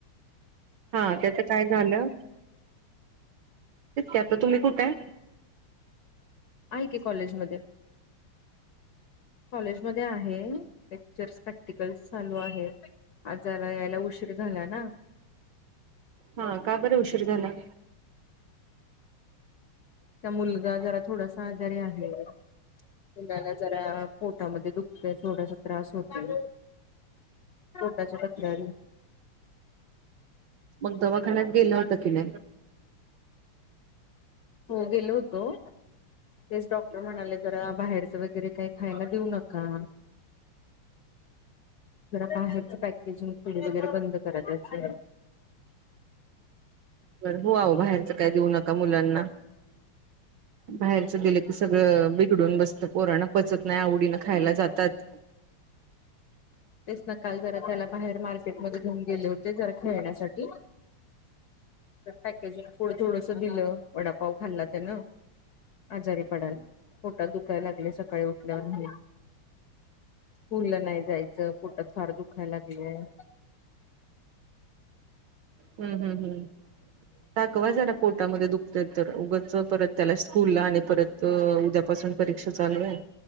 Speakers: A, on the right; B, on the left.
A: हा त्याच काय झालं? आ तुम्ही कुठे आहे?
B: आहे की कॉलेजमध्ये.... कॉलेज मध्ये आहे लेक्चर्स प्रॅक्टिकल्स चालू आहेत.... आजला यायला उशीर झाला ना.....
A: हा का बरं उशीर झाला....
B: मुलगा जरा थोडासा जरे आहे मुलाला जरा पोटामध्ये दुखतय थोडासा त्रास होतो पोटाच्या तक्रारी
A: मग दवाखान्यात गेला होता कि नाही....
B: हो गेलो होतो... तेच डॉक्टर म्हणाले, जरा बाहेरचं वगैरे काही खायला देऊ नका.... जरा बाहेरच पॅकेजिंग पुढ वगैरे बंद कराच असेल...
A: बर हो आ बाहेरचं काय देऊ नका मुलांना....
B: <unintelligible>
A: बाहेरचं दिलं तर सगळं बिघडून बसतं पोराना पचत नाही आवडीनं खायला जातात....
B: तेच न काल जरा त्याला बाहेर मार्केटमध्ये घेऊन गेले होते जरा खेळण्यासाठी.... पॅकेजिंग फूड थोडस दिलं वडापाव खाल्ला त्यान... आजारी पडाल पोटात दुखायला लागले सकाळी उठल्या म्ह... स्कुलला नाही जायचं पोटात फार दुखायला लागलय...
A: हम्म हम् हम..... दाखवा जरा पोटामध्ये दुखत तर उगच परत त्याला स्कूलला आणि परत.... तर उद्यापासून परीक्षा चालू आहे